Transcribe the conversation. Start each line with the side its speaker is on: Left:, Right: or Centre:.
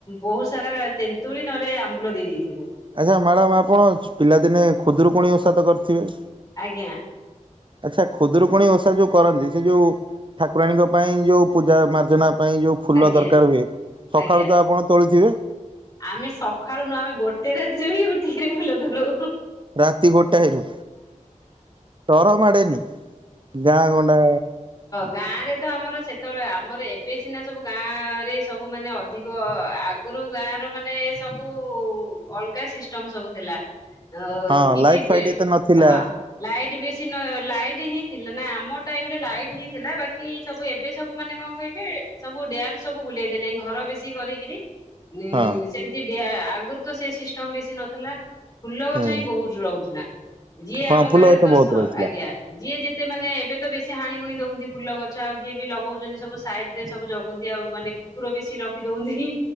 Left: ବହୁତ ସାରା ତେନ୍ତୁଳି ନରେ ଆମ୍ବୁଲ ଦେଇେଇଥିବ
Right: ଆଚ୍ଛା ମ୍ୟାଡ଼ାମ ଆପଣ ପିଲାଦିନେ ଖୁଦରୁକୁଣି। ହସତ କରିଥିବେ।
Left: ଆଜ୍ଞା
Right: ଆଚ୍ଛା ଖୁଦରୁ କଣ ବ ଯୋଉ କରନ୍ତି ସେ ଯୋଉ। ଠାକୁରାଣୀଙ୍କ ପାଇଁ ଯେଉଁ ପୂଜା ମାର୍ଚ୍ଚନା। ପାଇଁ ଯୋଉ ଫୁଲ
Left: ଆଜ୍ଞା
Right: ଦରକାର ହୁଏ ସକାଳୁ
Left: ଆଜ୍ଞା
Right: ତ ଆପଣ ତୋଳିଥିବେ।
Left: ଆମେ ସକାଳୁନୁ ଆମେ ଗୋଟେ ରାତିରେ ବି ଉଠିକି ବୁଲ ତଳୁ
Right: ରାତି ଗୋଟାଏରୁ ତର ମାଡେନି ଗାଁ ଗଣ୍ଡା
Left: ଗାଁରେ ତ ଆମର ସେତେବେଳେ ଆମର ଏବେ ସିନା ସବୁ ଗାଁରେ ସବୁମାନୋନେ ଅଧିକ ଆଗରୁ ଗାଁର ମାନେ ସବୁ ଅଲଗା ସିଷ୍ଟମ ସବୁ ଥିଲା। ଅ
Right: ହଁ
Left: କିଛି
Right: ଲାଇଟ ଫାଇଟ ଏତେ ନଥିଲା
Left: ହଁ ଲାଇଟ ବେଶ କି ଲାଇଟ ହିଁ ଥିଲା ନା ଆମ ଟାଇମରେ ଲାଇଟ ହିଁ ଥିଲା ବାକି ସବୁ ଏବେ ସବୁ ମାନେ କଣ କହିଲେ ସବୁ ଡଲ ସବୁ ବୁଲେଇ ଦେଲେ ଘର ବେଶୀ କରିକିରି। ନ
Right: ହଁ
Left: ଆଗରୁ ତ ସେ ସିଷ୍ଟମ ବେଶୀ ନଥିଲା। ଫୁଲ ଗଛ
Right: ହୁଁ
Left: ହିଁ ବହୁତ ରହୁଥିଲା। ଯିଏ
Right: ହଁ
Left: ଆମ
Right: ଫୁଲ
Left: ଗାଁରେ
Right: ଗଛ
Left: ତ
Right: ବହୁତ ରହୁଥିଲା
Left: ଆଜ୍ଞା ଯିଏ ଯେେ ଏତେ ମାନେ ଏବେ ତ ବେଶୀ ହାଣି ହୁଣି ଦଉନ୍ତି ଫୁଲ ଗଛ ଆଉ ଯିଏ ବି ଲଗଉଛନ୍ତି ସବୁ ସାଇଡ ରେ ସବୁ ଜଗନ୍ତି ଆଉ ମାନେ କୁକୁର ବେଶୀ ରଖି ଦଉନ୍ତି।